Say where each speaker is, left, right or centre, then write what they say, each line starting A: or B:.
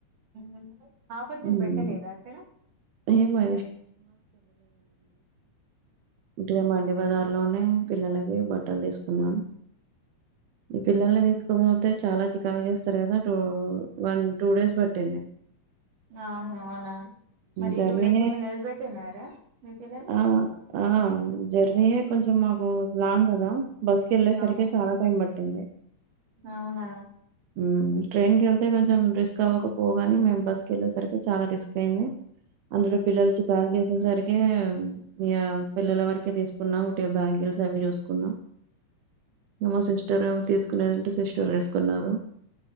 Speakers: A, on the right (about 55°); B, on the right (about 75°).
A: ఉ ఆఫర్స్
B: హ్మ్.
A: ఏం బెట్టలేదా అక్కడ
B: ఏమో ఇటుగా మండి బజార్ లోనే పిల్లలయ్ ఏం <unintelligible> హ తీసుకున్నాను ఈ పిల్లల్ని తీసుకోపోతే చాలా చికాగా చేస్తారు కదా టూ వన్ టూ డేస్ పట్టింది
A: ఆహా అవునా మరి
B: జర్నీ
A: టూ డేస్ మిమ్మల్ని వదిలిపెట్టున్నారా మీ పిల్లలు
B: ఆ ఆ జర్నీయే కొంచెం మాకు లాంగ్ బస్ క వెళ్ళే సరికి
A: అవును
B: చాలా టైం పట్టింది
A: అవునా
B: ఊ ట్రైన్ కెళ్తే కొంచెం రిస్క్ అవ్వకపోగాని మేము బస్ క వెళ్ళేసరికి చాలా రిస్క్ అయింది అందులో పిల్లల చికాక్ చేసేసరికే ఇగ పిల్లల వరకే తీసుకున్నాం ఒకటి బ్యాంగిల్స్ అవి చూసుకున్నాం మమ సిస్టర్ తీసుకు సుకునేదింటే సిస్టర్ వేసుకున్నారు